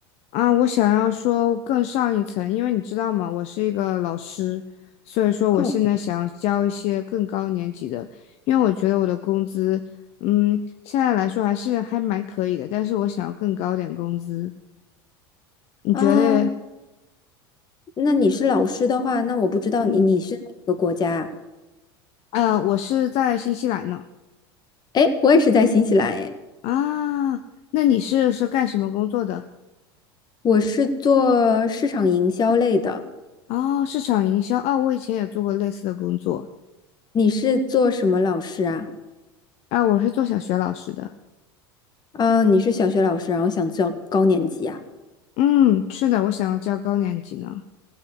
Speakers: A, on the left; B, on the left.
A: 啊，我想要说更上一层，因为你知道吗，我是一个老师，所以说我现在想要教一些更高年级的，
B: 哦，
A: 因为我觉得我的工资，嗯，现在来说还是还蛮可以的，但是我想要更高点工资。
B: 哦，
A: 你觉得？
B: 那你是老师的话，那我不知道你你是哪个国家啊？
A: 嗯，呃，我是在新西兰呢。
B: 哎，我也是在新西兰哎，
A: 啊，那你是是干什么工作的？
B: 我是做市场营销类的。
A: 哦，市场营销，哦，我以前也做过类似的工作，
B: 你是做什么老师啊？
A: 啊，我是做小学老师的，
B: 啊，你是小学老师，然后想教高年级啊？
A: 嗯，是的，我想要教高年级呢。